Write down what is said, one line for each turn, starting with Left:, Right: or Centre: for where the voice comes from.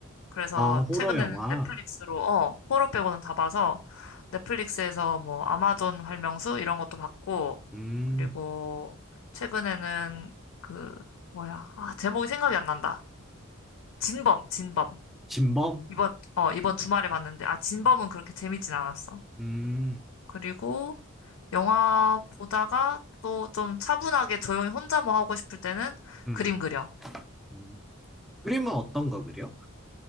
Left: 그래서
Centre: 아, 호러
Left: 최근에는
Centre: 영화.
Left: 넷플릭스로, 어, 호러 빼고는 다 봐서 넷플릭스에서 뭐 아마존 활명수 이런 것도 봤고,
Centre: 음,
Left: 그리고 최근에는 그, 뭐야, 아, 제목이 생각이 안 난다. 진범, 진범.
Centre: 진범?
Left: 이번, 어, 이번 주말에 봤는데, 아, 진범은 그렇게 재밌진 않았어.
Centre: 음,
Left: 그리고 영화 보다가 또 좀 차분하게 조용히 혼자 뭐 하고 싶을 때는
Centre: 음,
Left: 그림 그려.
Centre: 음. 그림은 어떤 거 그려?